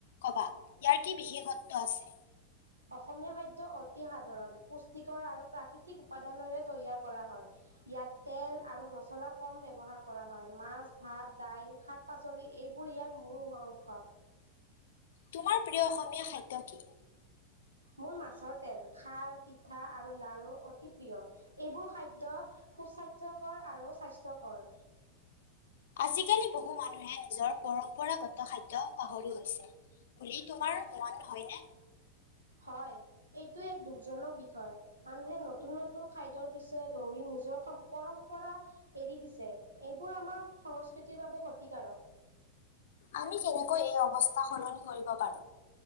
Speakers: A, on the left (about 55°); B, on the right (about 75°).
A: কবা, ইয়াৰ কি বিশেষত্ব আছে?
B: অসমীয়া খাদ্য অতি সাধাৰণ। পুষ্টিকৰ আৰু প্ৰাকৃতিক উপাদানেৰে তৈয়াৰ কৰা হয়। ইয়াত তেল আৰু মছলা কম ব্যৱহাৰ কৰা হয়। মাছ, ভাত, দাইল শাক পাচলি এইবোৰ ইয়াৰ মূল <unintelligible> অংশ।
A: তোমাৰ প্ৰিয় অসমীয়া খাদ্য কি?
B: মোৰ মাছৰ তেল, খাৰ, পিঠা আৰু লাৰু অতি প্ৰিয়। এইবোৰ খাদ্য সুস্বাস্থ্যকৰ আৰু স্বাস্থ্যকৰ।
A: আজিকালি বহু মানুহে নিজৰ পৰম্পৰাগত খাদ্য পাহৰি গৈছে। বুলি তোমাৰ মন হয়নে?
B: হয়, এইটো এক দুখজনক বিষয়। মানুহে নতুন নতুন খাইদৰ পিছত দৌৰি নিজৰ হম পৰম্পৰা এৰি দিছে, এইবোৰ আমাৰ সংস্কৃতিৰ বাবে ক্ষতিকাৰক।
A: আমি কেনেকৈ এই অৱস্থা সলনি কৰিব পাৰো?